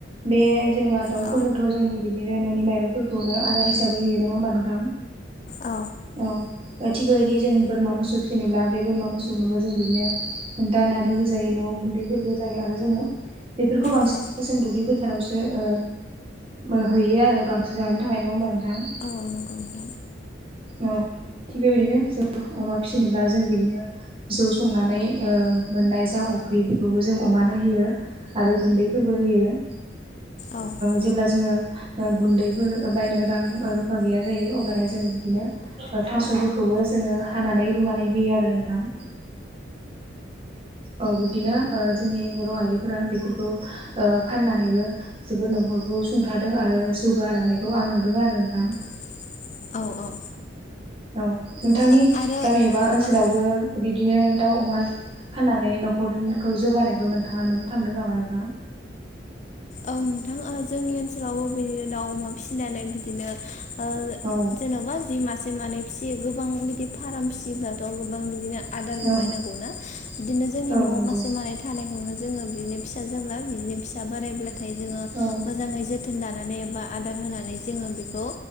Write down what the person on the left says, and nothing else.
औ
औ
औ
<unintelligible>
औ। औ
<unintelligible> अ औ।
औ आरो
औ
औ नोंथां जोंनि ओनसोलावबो बिदिनो दाउ अमा फिसिनानै बिदिनो ओ
जेन'बा जि मा मासे मानै फिसियो गोबां बिदि फाराम फिसियोब्लाथ' गोबां बिदिनो आदार लुबायनांगौनो
बिदिनो जोंनि
न'आव
मासे मानै थानायखौनो जोङो बिनो फिसा जाब्ला बिदिनो फिसा बारायब्लाथाय जोङो
मोजाङै जोथोन लानानै एबा आदार होनानै जोङो बेखौ